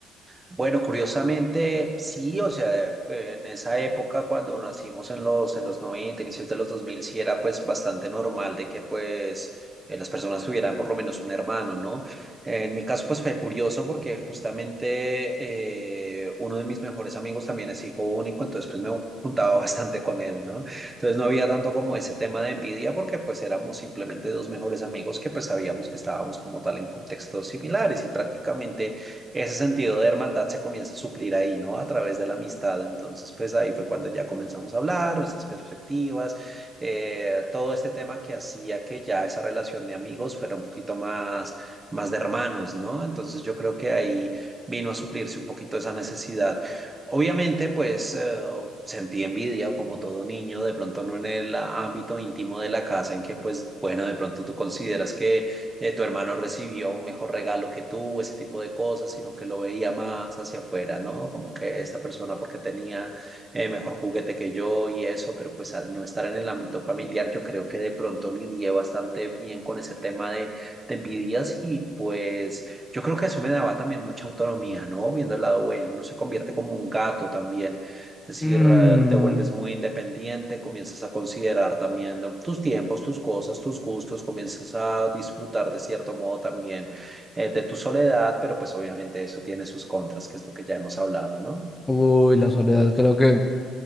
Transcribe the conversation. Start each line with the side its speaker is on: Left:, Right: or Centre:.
Right: Bueno, curiosamente, sí, o sea, eh, en esa época cuando nacimos en los, en los 90, inicios de los 2000, sí era pues bastante normal de que pues eh, las personas tuvieran por lo menos un hermano, ¿no? En mi caso pues fue curioso porque justamente eh, uno de mis mejores amigos también es hijo único, entonces pues me juntaba <laughs> bastante con él, ¿no? Entonces no había tanto como ese tema de envidia porque pues éramos simplemente dos mejores amigos que pues sabíamos que estábamos como tal en contextos similares y prácticamente ese sentido de hermandad se comienza a suplir ahí, ¿no? A través de la amistad. Entonces, pues ahí fue cuando ya comenzamos a hablar, nuestras perspectivas, eh, todo este tema que hacía que ya esa relación de amigos fuera un poquito más, más de hermanos, ¿no? Entonces, yo creo que ahí vino a suplirse un poquito esa necesidad. Obviamente, pues eh, sentí envidia como todo niño, de pronto no en el ámbito íntimo de la casa, en que pues bueno, de pronto tú consideras que eh, tu hermano recibió un mejor regalo que tú, ese tipo de cosas, sino que lo veía más hacia afuera, ¿no? Como que esta persona porque tenía eh, mejor juguete que yo y eso, pero pues al no estar en el ámbito familiar, yo creo que de pronto lidié bastante bien con ese tema de, de envidias y pues yo creo que eso me daba también mucha autonomía, ¿no? Viendo el lado bueno, uno se convierte como un gato también. Es decir,
Left: Mm,
Right: eh, te vuelves muy independiente, comienzas a considerar también ¿no? tus tiempos, tus cosas, tus gustos, comienzas a disfrutar de cierto modo también eh, de tu soledad, pero pues obviamente eso tiene sus contras, que es lo que ya hemos hablado, ¿no?
Left: uy, la soledad, creo que.